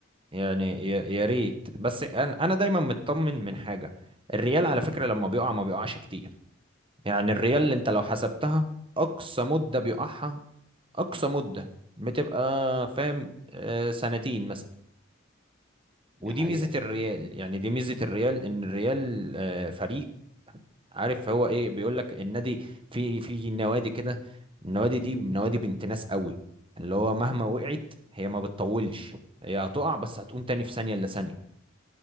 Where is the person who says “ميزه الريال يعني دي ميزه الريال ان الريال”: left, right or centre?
Right